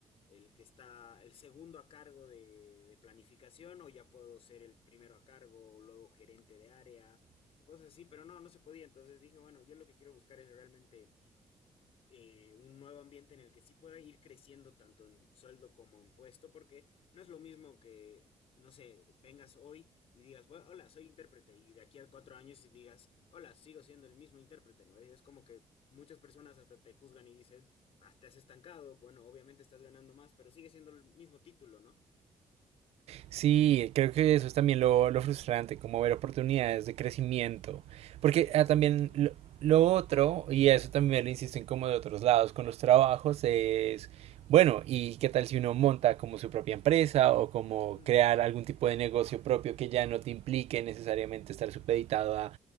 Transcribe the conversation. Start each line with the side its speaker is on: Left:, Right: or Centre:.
Left: el que está el segundo a cargo de, de planificación o ya puedo ser el primero a cargo o luego gerente de área, cosas así, pero no, no se podía. Entonces dije, bueno, yo lo que quiero buscar es realmente eh, un nuevo ambiente en el que sí pueda ir creciendo tanto en sueldo como en puesto, porque no es lo mismo que, no sé, vengas hoy y digas, "Bueno, hola, soy intérprete, y de aquí a cuatro años y digas, hola, sigo siendo el mismo intérprete, ¿no? Es como que muchas personas hasta te juzgan y dicen, ah, te has estancado, bueno, obviamente estás ganando más, pero sigue siendo el mismo título, ¿no?
Right: Sí, creo que eso es también lo, lo frustrante, como ver oportunidades de crecimiento. Porque
Left: Sí,
Right: ah,
Left: sí,
Right: también
Left: totalmente.
Right: lo, lo otro, y eso también lo insisten como de otros lados con los trabajos, es, bueno, ¿y qué tal si uno monta como su propia empresa o como
Left: Mm,
Right: crear algún tipo de negocio propio que ya no te implique necesariamente estar supeditado a